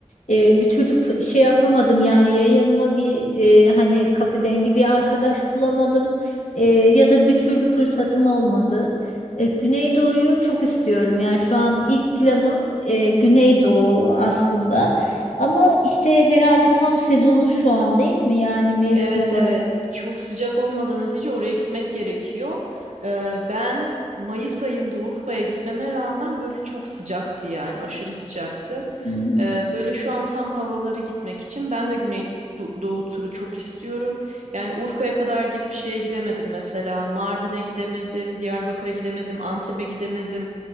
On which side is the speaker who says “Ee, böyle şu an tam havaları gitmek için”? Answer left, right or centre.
Right